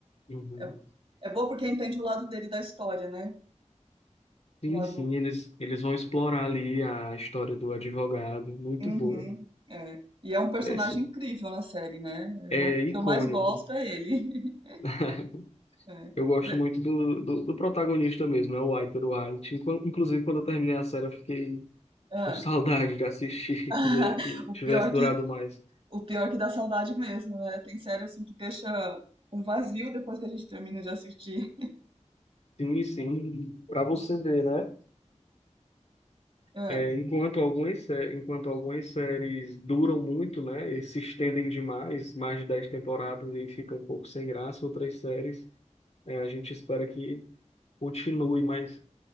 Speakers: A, on the left (about 60°); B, on the right (about 45°).
A: Uhum.
B: É, é boa porque entende o lado dele da história, né? O
A: Sim,
B: lado.
A: sim, eles, eles vão explorar ali a história do advogado. Muito
B: Uhum,
A: boa.
B: é. E é um personagem
A: É, sim.
B: incrível na série, né? É
A: É
B: Um dos
A: icônico.
B: que eu mais gosto é ele. <laughs>
A: <laughs>
B: É.
A: Eu gosto
B: Bre-
A: muito do, do, do protagonista mesmo, é o Walter White. Inclu- Inclusive, quando eu terminei a série, eu fiquei
B: ah.
A: com saudade de assistir,
B: <laughs>
A: <laughs> queria que
B: O
A: tivesse
B: pior
A: durado
B: que,
A: mais.
B: o pior que dá saudade mesmo, né? Tem série assim que deixa um vazio depois que a gente termina de assistir.
A: Sim, sim, para você ver, né?
B: É.
A: É, enquanto algumas, sé- enquanto algumas séries duram muito, né? E se estendem demais, mais de 10 temporadas e fica um pouco sem graça, outras séries, é, a gente espera que continue, mas